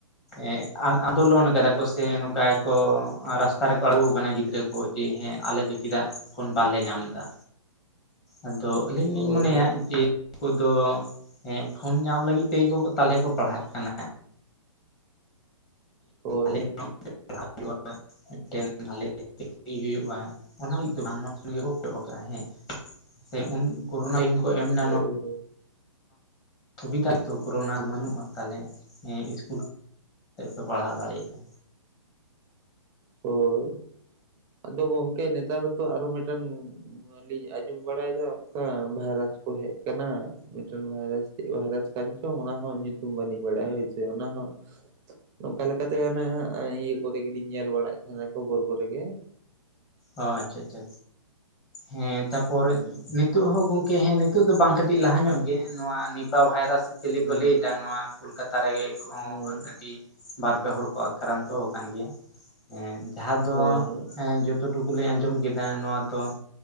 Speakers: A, on the left; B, on the right.
A: ᱮᱸᱜ ᱟᱱᱫ ᱟᱱᱫᱳᱞᱚᱱ ᱠᱟᱫᱟ ᱠᱚ ᱥᱮ ᱱᱚᱝᱠᱟ ᱠᱚ ᱨᱟᱥᱛᱟ ᱨᱮᱠᱚ ᱟᱲᱜᱳ ᱠᱟᱱᱟ ᱜᱤᱫᱽᱨᱟᱹ ᱠᱚ᱾ ᱠᱚ ᱡᱮ ᱦᱮᱸ ᱟᱞᱮ ᱫᱚ ᱪᱮᱫᱟᱜ ᱯᱷᱳᱱ ᱵᱟᱞᱮ ᱧᱟᱢ ᱮᱫᱟ᱾
B: <unintelligible>
A: ᱟᱫᱚ ᱟᱹᱞᱤᱧ
B: ᱦᱳᱭ
A: ᱞᱤᱧ ᱢᱚᱱᱮᱭᱟ
B: ᱦᱳᱭ ᱦᱳᱭ ᱦᱳᱭ ᱦᱳᱭ
A: ᱡᱮ ᱩᱱᱠᱩ ᱫᱚᱼᱼ ᱦᱮᱸ ᱯᱷᱳᱱ ᱧᱟᱢ ᱞᱟᱹᱜᱤᱫ ᱛᱮᱜᱮ ᱠᱚ ᱛᱟᱞᱦᱮ ᱠᱚ ᱯᱟᱲᱦᱟᱜ ᱠᱟᱱᱟ᱾
B: ᱦᱳᱭ
A: ᱟᱞᱮ ᱯᱟᱲᱦᱟᱜ ᱦᱩᱭᱩᱜᱼᱟ <inaudible> ᱢᱤᱫᱴᱮᱱ ᱵᱷᱟᱞᱮ ᱪᱟᱹᱠᱨᱤ ᱦᱩᱭᱩᱜᱼᱟ ᱚᱱᱟ ᱞᱟᱹᱜᱤᱫ ᱫᱚ ᱵᱟᱝ ᱜᱮᱠᱚ ᱠᱚᱭᱚᱜ ᱠᱟᱜᱼᱟ᱾ ᱦᱮᱸ ᱥᱮ ᱩᱱ ᱠᱳᱨᱳᱱᱟ ᱴᱟᱭᱤᱢ ᱠᱚ ᱮᱢ ᱮᱱᱟ
B: ᱦᱳᱭ
A: ᱱᱚᱣᱟᱼᱼ ᱥᱩᱵᱤᱫᱟ ᱫᱚ ᱠᱳᱨᱳᱱᱟ ᱵᱟᱹᱱᱩᱜᱼᱟ ᱛᱟᱦᱚᱞᱮ ᱤᱥᱠᱩᱞ ᱠᱟᱛᱮ ᱯᱮ ᱯᱟᱲᱦᱟᱣ ᱫᱟᱲᱮᱭᱟᱜᱼᱟ᱾
B: ᱦᱳᱭ ᱟᱫᱚ ᱜᱚᱝᱠᱮ ᱱᱮᱛᱟᱨ ᱦᱚᱸ ᱛᱚ ᱟᱨᱚ ᱢᱮᱫᱴᱟᱱᱼᱼ ᱱᱚᱣᱟ ᱞᱤᱧ ᱟᱸᱡᱚᱢ ᱵᱟᱲᱟᱭ ᱫᱟ ᱚᱱᱠᱟ ᱵᱷᱟᱭᱨᱟᱥ ᱠᱚ ᱦᱮᱡ ᱠᱟᱱᱟ᱾ ᱢᱤᱴᱟᱝ ᱵᱷᱟᱭᱨᱟᱥ ᱪᱮᱫ ᱵᱷᱟᱭᱨᱟᱥ ᱠᱟᱱ ᱪᱚᱝ ᱚᱱᱟ ᱦᱚᱸ ᱧᱩᱛᱩᱢ ᱵᱟᱹᱞᱤᱧ ᱵᱟᱲᱟᱭ ᱦᱳᱭ ᱥᱮ ᱚᱱᱟ ᱦᱚᱸᱼᱼ ᱱᱚᱝᱠᱟ ᱞᱮᱠᱟᱛᱮ ᱚᱱᱮ ᱦᱟᱸᱜ ᱤᱭᱟᱹ ᱠᱚᱨᱮ ᱜᱮᱞᱤᱧ ᱧᱮᱞ ᱵᱟᱲᱟᱭ, ᱛᱟᱞᱦᱮ ᱠᱷᱳᱵᱳᱨ ᱠᱚᱨᱮ ᱜᱮ <inaudible>
A: ᱚ ᱟᱪᱪᱷᱟ ᱟᱪᱪᱷᱟ ᱦᱮᱸ ᱛᱟᱯᱚᱨᱮᱼᱼ
B: ᱦᱩᱸ
A: ᱱᱤᱛᱚᱜ ᱦᱚᱸ ᱜᱚᱝᱠᱮ ᱦᱮᱸ ᱱᱤᱛᱚᱜ ᱫᱚ ᱵᱟᱝ ᱠᱟᱹᱴᱤᱡ ᱞᱟᱦᱟ ᱧᱚᱜ ᱜᱮ ᱱᱚᱣᱟ ᱱᱤᱯᱟ ᱵᱷᱟᱭᱨᱟᱥᱼᱼ ᱪᱤᱞᱤ
B: ᱦᱩᱸ
A: ᱠᱚ ᱞᱟᱹᱭ ᱫᱟ ᱱᱚᱣᱟ ᱠᱳᱞᱠᱟᱛᱟ ᱨᱮᱜᱮ ᱠᱚᱦᱚᱸ
B: ᱦᱳᱭ
A: ᱟᱹᱰᱤᱼᱼ ᱵᱟᱨ ᱯᱮ ᱦᱚᱲ ᱠᱚ ᱟᱠᱨᱟᱱᱛᱚ ᱟᱠᱟᱱ ᱜᱮᱭᱟ ᱡᱟᱦᱟᱸ ᱫᱚᱼᱼ
B: ᱦᱳᱭ ᱦᱳᱭ
A: ᱡᱚᱛᱚ ᱴᱩᱠᱩ ᱞᱤᱧ ᱟᱸᱡᱚᱢ ᱠᱮᱫᱟ ᱱᱚᱣᱟ ᱫᱚ ᱼᱼ